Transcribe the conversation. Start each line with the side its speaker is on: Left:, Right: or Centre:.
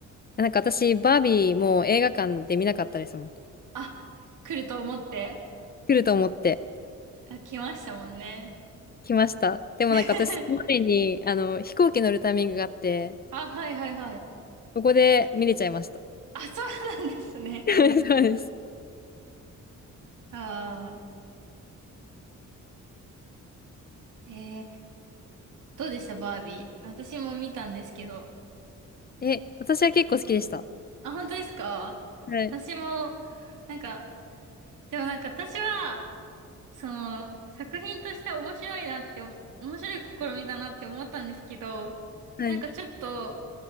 Left: なんか私、バービーもう映画館で見なかったですもん。
Right: あ、来ると思って。
Left: 来ると思って。
Right: あ、来ましたもんね。
Left: 来ました。でもなんか私、
Right: <laughs>
Left: その前に、あの、飛行機乗るタイミングがあって、
Right: あ、はいはいはい。
Left: そこで見れちゃいました。
Right: あ、そうなんですね。
Left: <laughs> そうです。
Right: ああ、えー、どうでしたバービー。私も見たんですけど。
Left: え、私は結構好きでした。
Right: あ、本当ですか私も、
Left: はい。
Right: なんか、でもなんか私は、その、作品として面白いなってお、面白い試みだなって思ったんですけど、
Left: はい。
Right: なんかちょっと、